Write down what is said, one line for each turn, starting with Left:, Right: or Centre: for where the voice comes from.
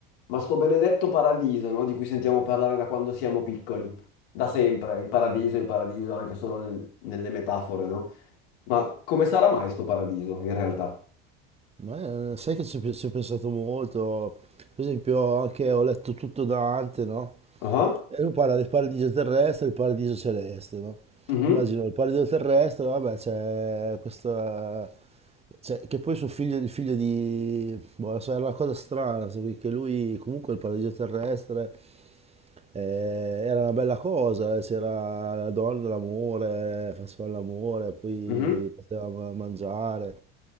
Left: Ma sto benedetto paradiso, no? Di cui sentiamo parlare da quando siamo piccoli, da sempre, il paradiso, il paradiso, anche solo nel- nelle metafore, no? Ma come sarà mai sto paradiso in realtà?
Right: Ma eh, sai che ci ho pe- ci ho pensato molto, per esempio anche ho letto tutto Dante, no?
Left: Ah,
Right: E lui parla del paradiso terrestre e del paradiso celeste, no?
Left: mhm,
Right: Immagino il paradiso terrestre, vabbè, c'è questa... cioè, che poi suo figlio, il figlio di... Boh, non so, era una cosa strana, se- che lui comunque il paradiso terrestre eh, era una bella cosa, eh, c'era la donna, l'amore, faceva l'amore, poi
Left: mhm.
Right: poteva ma- mangiare,